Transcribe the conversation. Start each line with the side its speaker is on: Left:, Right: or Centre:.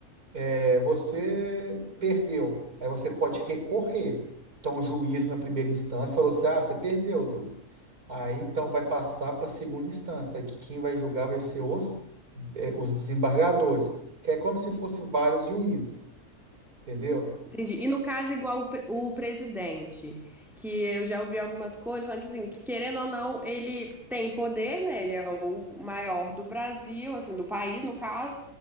Right: É, você perdeu. Aí você pode recorrer. Então o juiz na primeira instância falou assim: "Ah, você perdeu, Duda". Aí então vai passar para a segunda instância, aí que quem vai julgar vai ser os é, os desembargadores, que é como se fosse vários juízes, entendeu?
Centre: entendi. E no caso, igual o, pre- o presidente, que eu já ouvi algumas coisas falando que, assim, que, querendo ou não, ele tem poder, né? Ele é o maior do Brasil, assim, do país, no caso,